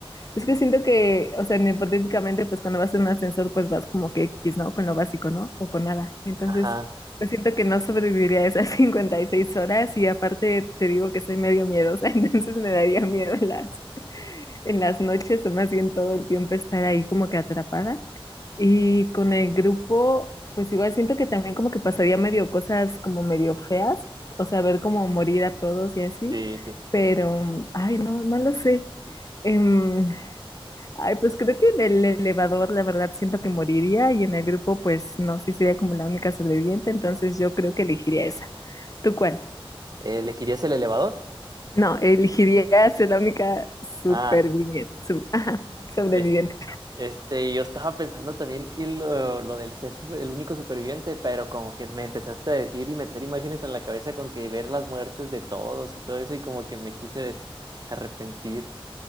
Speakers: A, on the left (about 35°); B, on the right (about 45°).
A: Es que siento que, o sea, en hipotéticamente, pues cuando vas en un ascensor, pues vas como que X, ¿no? Con lo básico, ¿no? O con nada. Entonces,
B: Ajá,
A: pues siento que no sobreviviría a esas <laughs> 56 horas y aparte te digo que soy medio miedosa, <laughs> entonces me daría miedo en las, en las noches o más bien todo el tiempo estar ahí como que atrapada. Y con el grupo, pues igual siento que también como que pasaría medio cosas como medio feas, o sea, ver como morir a todos y así,
B: sí, sí.
A: pero, ay, no, no lo sé. Em, Ay, pues creo que en el elevador, la verdad, siento que moriría y en el grupo, pues no, sí sería como la única sobreviviente, entonces yo creo que elegiría esa. ¿Tú cuál?
B: ¿Elegirías el elevador?
A: No, elegiría ser la única superviviente,
B: Ah,
A: su- <laughs> ajá, sobreviviente.
B: es- Este, yo estaba pensando también y lo, lo del ser super- el único superviviente, pero como que me empezaste a decir y meter imágenes en la cabeza con que ver las muertes de todos y todo eso, y como que me quise des- arrepentir.